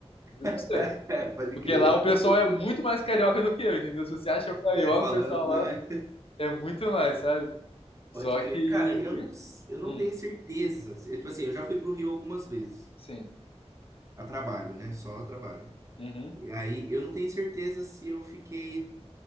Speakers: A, on the left; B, on the right.
A: Juro
B: <laughs>
A: pra você.
B: É, pode
A: Porque
B: crer.
A: lá o pessoal
B: <laughs>
A: é muito mais carioca do que eu, entendeu? Se você acha eu carioca,
B: É, falando,
A: o pessoal
B: né?
A: lá é muito mais, sabe? Só
B: Pode crer.
A: que,
B: Cara, eu não, eu não
A: hum,
B: tenho certeza. Eu, Tipo assim, eu já fui pro Rio algumas vezes.
A: sim.
B: A trabalho, né? Só a trabalho.
A: Uhum.
B: E aí, eu não tenho certeza se eu fiquei